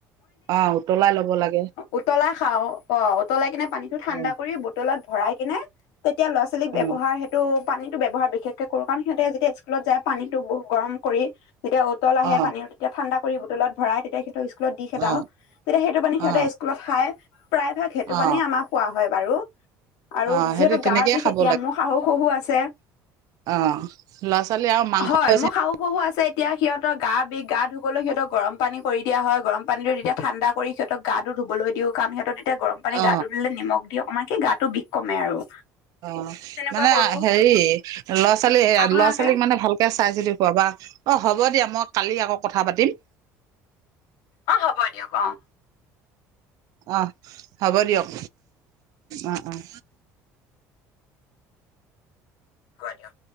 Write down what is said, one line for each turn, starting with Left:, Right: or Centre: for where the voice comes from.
Right: অহ'। উতলাই লব লাগে।
Left: উতলা খাওঁ অহ, উতলাই কিনে পানীটো ঠাণ্ডা
Right: অ
Left: কৰি বটলত ভৰাই কিনে তেতিয়া ল'ৰা-ছোৱালীক
Right: অ
Left: ব্যৱহাৰ সেইটো পানীতটো ব্যয়ৱহাৰ বিশেষকে কৰো কাৰণ সিহঁতে যেতিয়া স্কুলত যায় পানীত বহু গৰম কৰি যেতিয়া উটল আহে
Right: অ
Left: তেতিয়া ঠাণ্ডা কৰি বটলত ভৰাই তেতিয়া সিহঁতক স্কুল দি সেদাওঁ।
Right: অ
Left: তেতিয়া সেইটো পানী সিহঁতে
Right: অ
Left: স্কুলত খাই প্ৰায় ভাগ সেইটো
Right: অ
Left: পানী আমাৰ খোৱা হয় বাৰু। আৰু
Right: অ সেইটো
Left: যিহেতু
Right: তেনেকেই
Left: গাৰ বিষ
Right: খাব
Left: এতিয়া মো, ৰ শাহু-শহুৰ আছে।
Right: অহ, ল'ৰা-ছোৱালী আৰু মাংস
Left: হয়
Right: বেছি
Left: মোৰ শাহু শহু আছে এতিয়া সিহঁতৰ গা বিষ গা ধুবলৈ সিহঁতক গৰম পানী কৰি দিয়া হয়। গৰম পানীটো তেতিয়া ঠাণ্ডা কৰি সিহঁত গা ধবলৈ দিওঁ কাৰণ সিহঁত এতিয়া গৰম পানী
Right: অ
Left: গাটো ধুই দিলে নিমখ দি অকমান কি গাটোৰ বিষ কমে আৰু।
Right: অহ,
Left: তেনেকুৱা
Right: মানে
Left: কৰো
Right: হেৰি ল'ৰা-ছোৱালী, এ
Left: আপোনালোকে
Right: ল'ৰা-ছোৱালীক মানে ভাল তে চাই-ছিতি খুৱাবা অহ, হ'ব দিয়া মই কালি আকৌ কথা পাতিম।
Left: অহ, হ'ব দিয়ক অহ।
Right: অহ, হ'ব দিয়ক অহ, অহ।
Left: হ'ব দিয়ক।